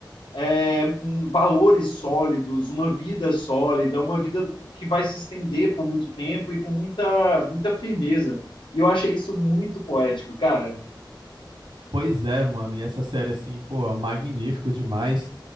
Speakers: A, on the left; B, on the right.
A: é, um, valores sólidos, uma vida sólida, uma vida que vai se estender por muito tempo e com muita, muita firmeza. E eu achei isso muito poético, cara.
B: Pois é, mano, e essa série, assim, pô, é magnífico demais.